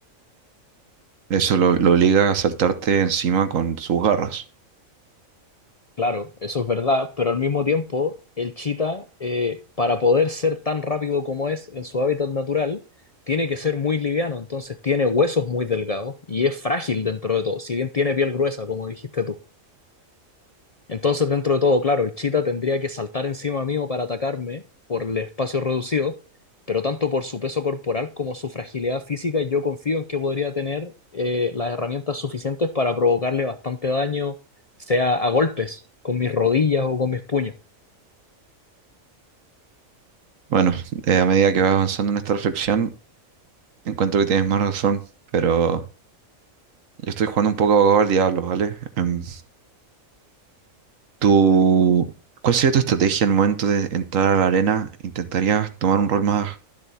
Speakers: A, on the right; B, on the left.
A: Eso lo, lo obliga a saltarte encima con sus garras.
B: Claro, eso es verdad, pero al mismo tiempo, el chita, eh, para poder ser tan rápido como es en su hábitat natural, tiene que ser muy liviano, entonces tiene huesos muy delgados y es frágil dentro de todo, si bien tiene piel gruesa, como dijiste tú. Entonces, dentro de todo, claro, el Cheetah tendría que saltar encima mío para atacarme por el espacio reducido, pero tanto por su peso corporal como su fragilidad física, yo confío en que podría tener eh, las herramientas suficientes para provocarle bastante daño, sea a golpes, con mis rodillas o con mis puños.
A: Bueno, eh, a medida que vas avanzando en esta reflexión, Encuentro que tienes más razón, pero yo estoy jugando un poco abogado al diablo, ¿vale? Em, tú, ¿cuál sería tu estrategia al momento de entrar a la arena? ¿Intentarías tomar un rol más